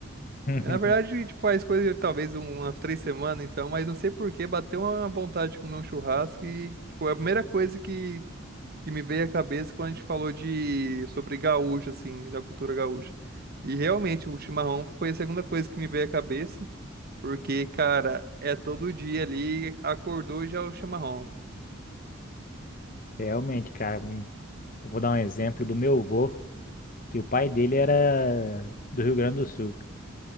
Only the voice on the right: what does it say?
Na verdade, tipo, faz coisa de talvez umas três semanas, então, mas não sei por que bateu uma vontade de comer um churrasco e, tipo, a primeira coisa que, que me veio à cabeça quando a gente falou de sobre gaúcho, assim, da cultura gaúcha. E realmente o chimarrão foi a segunda coisa que me veio à cabeça, porque, cara, é todo dia ali, acordou já é o chimarrão.